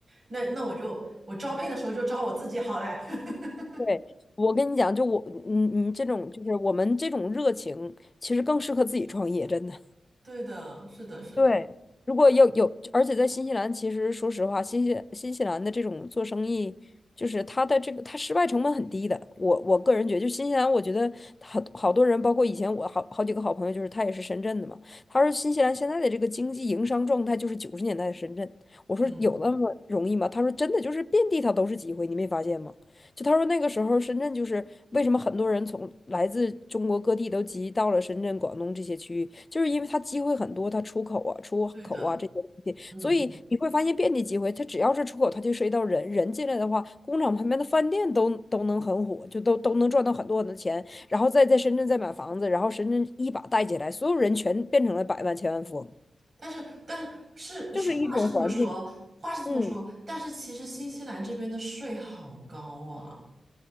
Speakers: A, on the right (about 40°); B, on the left (about 30°).
A: 那那我就我招聘的时候就招我自己好嘞。<laughs>
B: 对，我跟你讲，就我你你这种就是我们这种热情，其实更适合自己创业，真的。
A: 对的，是的，是的，
B: 对，如果要有，而且在新西兰，其实说实话，新西新西兰的这种做生意，就是它的这个它失败成本很低的。我我个人觉得，就新西兰，我觉得好好多人，包括以前我好好几个好朋友，就是他也是深圳的嘛。他说新西兰现在的这个经济营商状态就是九十年代的深圳。我说有那么容易吗？
A: 嗯，
B: 他说真的就是遍地他都是机会，你没发现吗？就他说那个时候深圳就是为什么很多人从来自中国各地都集到了深圳、广东这些区域，就是因为它机会很多，它出口啊、出口啊这些东西，
A: 对的，嗯，
B: 所以你会发现遍地机会。它只要是出口，它就涉及到人，人进来的话，工厂旁边的饭店都都能很火，就都都能赚到很多很多钱，然后再在深圳再买房子，然后深圳一把带起来，所有人全变成了百万千万富翁，
A: 但是但是是是话是这么说，
B: 就是一种环境。
A: 话是这么说，
B: 嗯，
A: 但是其实新西兰这边的税好高啊。